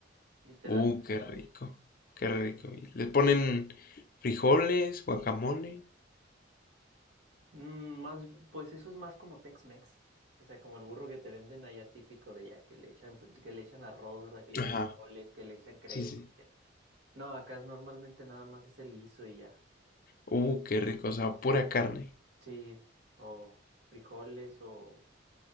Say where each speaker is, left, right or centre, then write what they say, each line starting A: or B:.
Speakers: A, on the right; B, on the left.
A: literal.
B: Uh, qué rico, qué rico. ¿Y le ponen frijoles, guacamole?
A: Mm, más, pues eso es más como Tex-Mex. O sea, como el burro que te venden allá típico de allá, que le echan, fri- que le echan arroz, ¿verdad? Que le echan
B: Ajá,
A: frijoles, que le echan crema.
B: sí, sí.
A: que- No, acá es normalmente nada más es el guiso y ya.
B: Uh, qué rico, o sea, pura carne.
A: Sí, o frijoles o